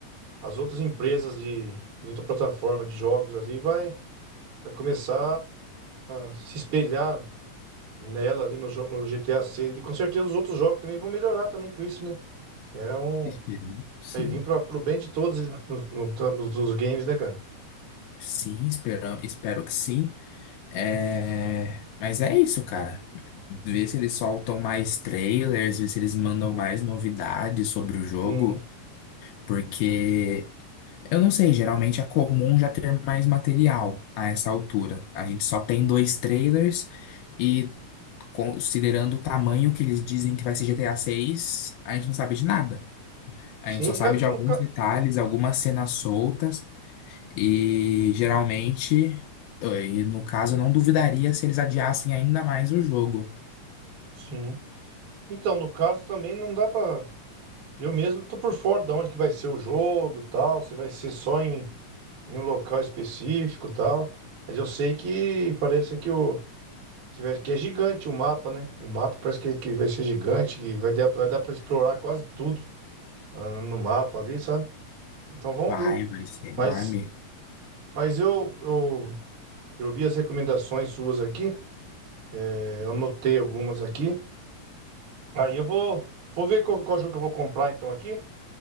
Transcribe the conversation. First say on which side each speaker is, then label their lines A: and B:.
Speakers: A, on the right; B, on the left.
A: as outras empresas de, as outras plataformas de jogos ali vai, vai começar a se espelhar nela ali no, jo- no GTA 6. E com certeza os outros jogos também vão melhorar também com isso, né? É um.
B: Esperamos, sim.
A: Vai vir para pro bem de todos ele- no, no- no- dos games, né, cara?
B: Sim, esperamos, espero que sim. É, mas é isso, cara. Ver se eles soltam mais trailers, ver se eles mandam mais novidades sobre o jogo,
A: Sim.
B: porque eu não sei, geralmente é comum já ter mais material a essa altura. A gente só tem dois trailers e considerando o tamanho que eles dizem que vai ser GTA 6, a seis, a gente não sabe de nada.
A: Sim,
B: A gente só sabe
A: é,
B: de alguns
A: no ca...
B: detalhes, algumas cenas soltas. E geralmente, eh, e no caso, eu não duvidaria se eles adiassem ainda mais o jogo.
A: Sim. Então, no caso também não dá pra. Eu mesmo tô por fora de onde que vai ser o jogo, e tal, se vai ser só em, em um local específico, e tal. Mas eu sei que parece que o que, vai- que é gigante o mapa, né? O mapa parece que, que vai ser gigante, que vai dar, vai dar para explorar quase tudo ah, no mapa ali, sabe? Então vamos
B: Vai,
A: ver.
B: vai ser enorme.
A: Mas, mas eu, eu, eu vi as recomendações suas aqui, é, eu anotei algumas aqui. Aí eu vou, vou ver qual, qual jogo que eu vou comprar então aqui.